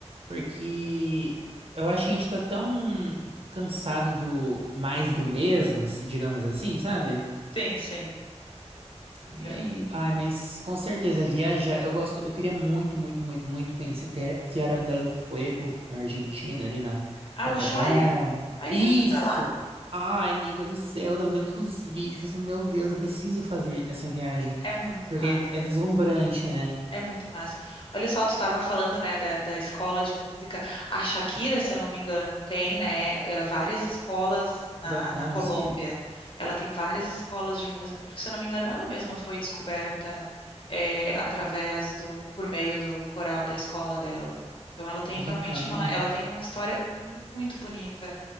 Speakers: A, on the right (about 55°); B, on the left (about 45°).
A: Porque eu acho que a gente tá tão cansado do mais do mesmo, se- digamos assim, sabe?
B: Sim, Sim, entendo.
A: E é isso. Ai, mas com certeza, viajar. Eu gosto, eu queria muito, muito, muito, muito conhecer Te- Tierra del Fuego, na Argentina, ali na
B: Ah,
A: Patagônia.
B: Ushuaia? Aí
A: Isso!
B: eu já fui pra lá.
A: Ai, amiga do céu, eu tava vendo todos os vídeos, eu falei assim, meu Deus, eu preciso fazer essa viagem.
B: É muito
A: Porque
B: massa.
A: é, é deslumbrante, né?
B: É muito massa. Olha só, tu estava falando, né, da, da escola de música. A Shakira, se eu não me engano, tem, né, eh, várias escolas na,
A: Que bacana,
B: na Colômbia.
A: eu não sabia.
B: Ela tem várias escolas de música, porque, se eu não me engano, ela mesma foi descoberta, eh, através do, por meio do coral da escola dela. Então, ela tem
A: Que
B: realmente
A: bacana.
B: uma, ela tem uma história muito bonita,